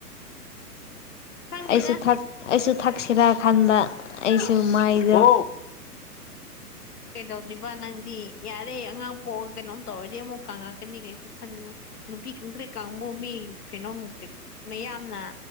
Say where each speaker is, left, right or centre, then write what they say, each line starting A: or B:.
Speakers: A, on the left; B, on the left.
A: ꯈꯪꯗꯦꯗ
B: ꯑꯩꯁꯨ ꯑꯩꯁꯨ ꯊꯛꯁꯤꯔꯥꯀꯥꯟꯗ ꯑꯩꯁꯨ
A: ꯏꯁ
B: ꯃꯥꯏꯖ
A: ꯀꯩꯗꯧꯗꯣꯏꯕ ꯅꯪꯗꯤ ꯌꯥꯔꯦ ꯑꯉꯥꯡ ꯄꯣꯛꯑꯒ ꯀꯩꯅꯣꯝ ꯇꯧꯔꯗꯤ ꯑꯃꯨꯛ ꯀꯪꯉꯛꯀꯅꯤ ꯀꯩꯁꯨ ꯈꯟꯉꯨ ꯅꯨꯄꯤ ꯈꯇꯔꯤ ꯀꯥꯡꯕꯨ ꯃꯤ ꯀꯩꯅꯣꯝ ꯃꯌꯥꯝꯅ